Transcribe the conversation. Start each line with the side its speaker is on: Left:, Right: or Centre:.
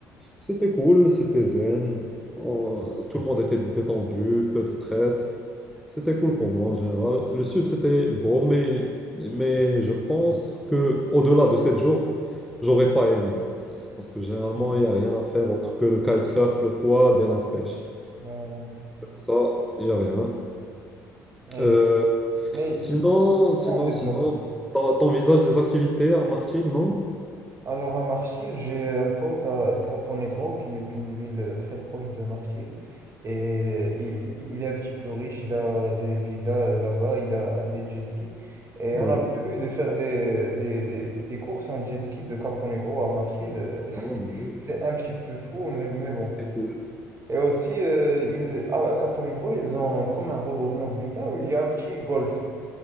Centre: C'était cool, c'était zen. On- tout le monde était détendu, peu de stress. C'était cool pour moi en général. Le sud, c'était beau, mais, mais je pense que au-delà de 7 jours, j'aurais pas aimé. Parce que généralement,
Right: <laughs>
Centre: il n'y a rien à faire autre que le kitesurf, le quad et la pêche.
Right: Euh,
Centre: Ça, il n'y a rien.
Right: ouais.
Centre: Euh,
Right: mais
Centre: sinon,
Right: ils,
Centre: sinon,
Right: ils ont développé.
Centre: sinon, t'en- t'envisages des activités à Martil, non?
Right: Alors à Marchil, j'ai un pote à Capo Negro, qui est une ville très proche de Marchil. Et il, il est un petit peu riche, il a des villas là-bas, il a des jet skis. Et
Centre: Oui.
Right: on a prévu de faire des, des, des, des courses en jet ski de Capo Negro à Marchil. euh, <laughs>
Centre: Oh, oui.
Right: C'est un petit peu fou, mais, mais bon.
Centre: C'est cool.
Right: Et aussi, euh, il, à Capo Negro, ils ont comme un regroupement de villas où il y a un petit golf.